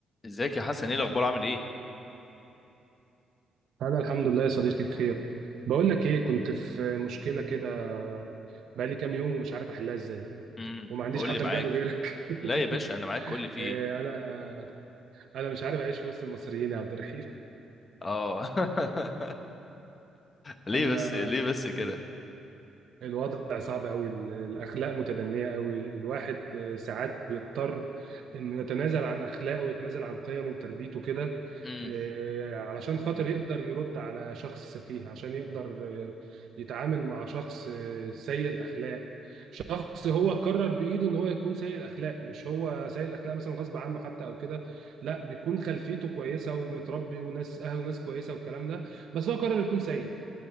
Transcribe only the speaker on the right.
أنا الحمد لله يا صديقي بخير بقول لك إيه كنت في مشكلة كده بقالي كام يوم ومش عارف أحلها إزاي
وما عنديش
حد
ألجأ له غيرك
<laughs>
إيه،
أنا أنا مش عارف أعيش في وسط المصريين يا عبد الرحيم
أنا
الوضع صعب قوي ال- الاخلاق متدنيه قوي الواحد آه، ساعات بيضطر انه يتنازل عن اخلاقه ويتنازل عن قيمه وتربيته كده
آه، علشان خاطر يقدر يرد على شخص سفيه عشان يقدر آه، يتعامل مع شخص آه، سيء الاخلاق شخص هو قرر بايده ان هو يكون سيء الاخلاق مش هو سيء الاخلاق مثلا غصب عنه حتى او كده لا بيكون خلفيته كويسه ومتربي وناس اهله ناس كويسه والكلام ده بس هو قرر يكون سيء